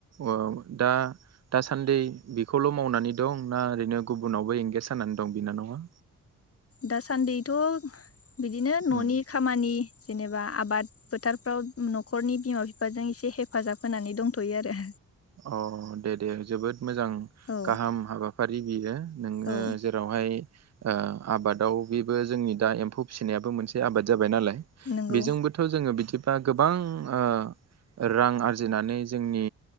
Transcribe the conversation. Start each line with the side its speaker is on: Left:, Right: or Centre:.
Right: ओ दा दासान्दि बेखौल' मावनानै दं ना ओरैनो गुबुनावबो एंगेज जानानै दं बिनानावा?
Left: दासान्दैथ' बिदिनो न'नि
Right: उम
Left: खामानि जेनेबा आबाद फोथारफ्राव न'खरनि बिमा बिफाजों एसे हेफाजाब होनानै दंथ'यो आरो।
Right: अ दे दे जोबोद मोजां
Left: औ
Right: गाहाम हाबा फारि बियो। नोङो
Left: औ
Right: जेरावहाय ओ आबादाव बेबो जोंनि दा एम्फौ फिसिनायाबो मोनसे आबाद जाबाय नालाय
Left: नंगौ
Right: बेजोंबोथ' जोङो बिदि दा गोबां ओ रां आरजिनानै जोंनि